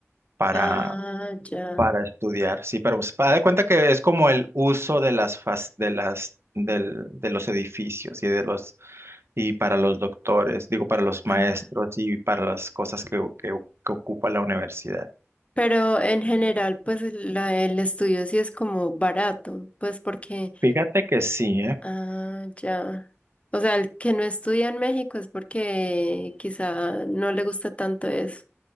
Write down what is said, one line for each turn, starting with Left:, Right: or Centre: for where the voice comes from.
Right: para,
Left: Ah, ya.
Right: para estudiar. Sí, pero pues, para de cuenta que es como el uso de las fas- de las del- de los edificios y de los y para los doctores, digo, para los
Left: Ajá.
Right: maestros y para las cosas que, que- que ocupa la universidad.
Left: Pero en general, pues el la- el estudio sí es como barato, pues porque,
Right: Fíjate que sí, ¿eh?
Left: ah, ya. O sea, el que no estudia en México es porque quizá no le gusta tanto eso.